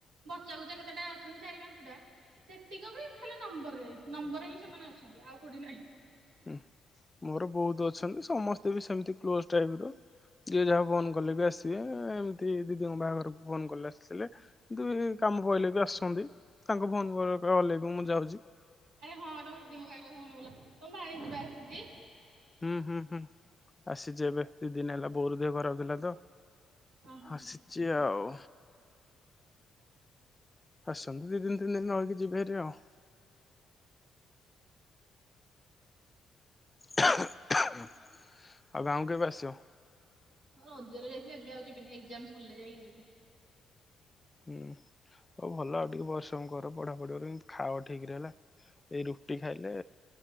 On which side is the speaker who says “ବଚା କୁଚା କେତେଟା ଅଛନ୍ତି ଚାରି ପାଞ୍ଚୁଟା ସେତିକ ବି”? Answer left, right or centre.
Right